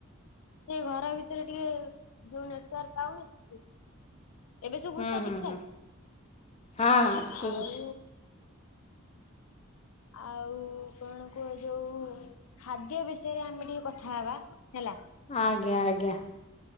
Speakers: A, on the left; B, on the left.
A: ସେ ଘର ଭିତରେ ଟିକେ ଯୋଉ ନେଟୱାର୍କ ପାଉନି ସେ ଏବେ ଶୁବୁଛି
B: ହୁଁ
A: ତ
B: ହୁଁ
A: ଠିକଠାକ।
B: ହୁଁ ହଁ ହଁ ଶୁଭୁଛି।
A: ଆଉ ଆଉ କଣ କୁହ ଯଉ ଖାଦ୍ୟ ବିଷୟରେ ଆମେ ଟିକେ କଥା ହେବା ହେଲା।
B: ଆଜ୍ଞା ଆଜ୍ଞା।